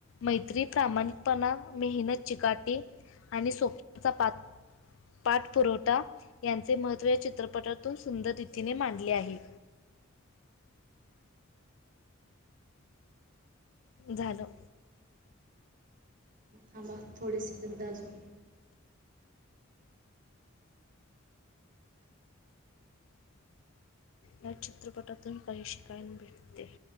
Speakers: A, on the left; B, on the right.
A: मैत्री, प्रामाणिकपणा, मेहनत, चिकाटी आणि स्वप्नाचा पात पाठपुरवठा यांचे महत्त्व या चित्रपटातून सुंदर रीतीने मांडले आहे. झालं
B: थांबा थोडे सेकंद अजून,
A: या चित्रपटातून काही शिकायला भेटते.